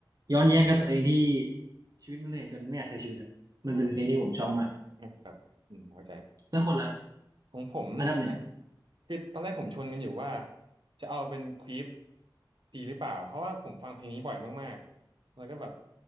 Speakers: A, on the right; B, on the right.
A: ย้อนแย้งกับตัวเองที่ชีวิตมันเหนื่อยจนไม่อยากใช้ชีวิตครับมันเป็นเพลงที่ผมชอบมาก
B: อ่าอ่าครับอืมเข้าใจ
A: แล้วคนละ
B: ของผมอ่ะ
A: อันดับหนึ่ง
B: คือตอนแรกผมชนกันอยู่ว่าจะเอาเป็นควีฟดีหรือเปล่า เพราะว่าผมฟังเพลงนี้บ่อยมากๆแล้วก็แบบ